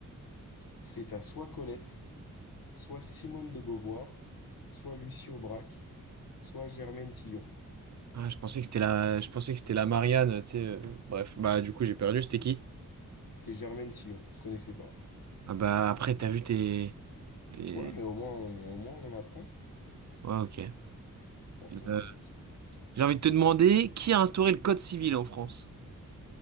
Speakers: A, on the left; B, on the right.
A: C'est à soit Colette. soit Simone de Beauvoir, soit Lucie Aubrac, soit Germaine Tillon.
B: Ah, je pensais que c'était la... je pensais que c'était la Marianne, tu sais. euh, Bref, bah du coup, j'ai perdu. C'était qui?
A: C'était Germaine Tillon, je connaissais pas.
B: Ah bah après, t'as vu tes... tes-
A: Ouais, mais au moins on, au moins on en apprend.
B: Ouais, ok.
A: Franchement,
B: Euh,
A: euh, c'est-
B: J'ai envie de te demander, qui a instauré le code civil en France?